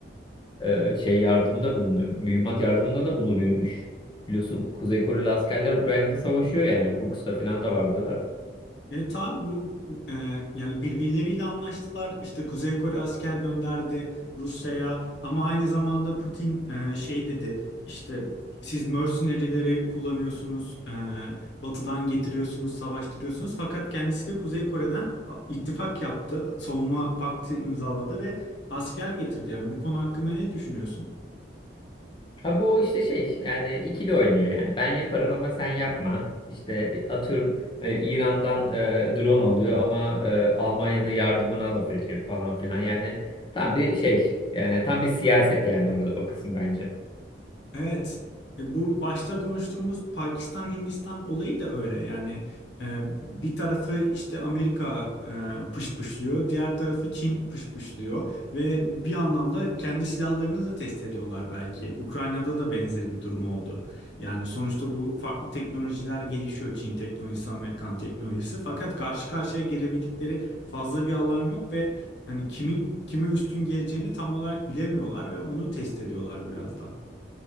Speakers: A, on the left; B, on the left.
A: e, şey yardımı da bulunuyor. Mühimmat yardımında da bulunuyormuş. Biliyorsun Kuzey Koreli askerler Ukrayna'da savaşıyor yani. Kurkus'ta falan da vardılar.
B: E, tabii bu e, yani birbirleriyle anlaştılar. İşte Kuzey Kore asker gönderdi Rusya'ya ama aynı zamanda Putin e, şey dedi işte siz mercenary'leri kullanıyorsunuz, e, batıdan getiriyorsunuz, savaştırıyorsunuz. Fakat kendisi de Kuzey Kore'den a, ittifak yaptı, savunma paktı imzaladı ve asker getirdi. Yani bu konu hakkında ne düşünüyorsun?
A: Ha bu işte şey yani ikili oynuyor yani. Ben yaparım ama sen yapma. İşte e, atıyorum e, İran'dan e, drone alıyor ama e, Almanya'nın yardımına laf ediyor falan filan. Yani tam bir şey yani tam bir siyaset yani orada, o kısım bence.
B: Evet. E, Bu başta konuştuğumuz Pakistan-Hindistan olayı da öyle. Yani e, bir tarafı işte Amerika e, pışpışlıyor, diğer tarafı Çin pışpışlıyor ve bir anlamda kendi silahlarını da test ediyorlar belki. Ukrayna'da da benzeri bir durum oldu. Yani sonuçta bu farklı teknolojiler gelişiyor. Çin teknolojisi, Amerikan teknolojisi. Fakat karşı karşıya gelebildikleri fazla bir alan yok ve hani kimin kime üstün geleceğini tam olarak bilemiyorlar ve onu test ediyorlar biraz da.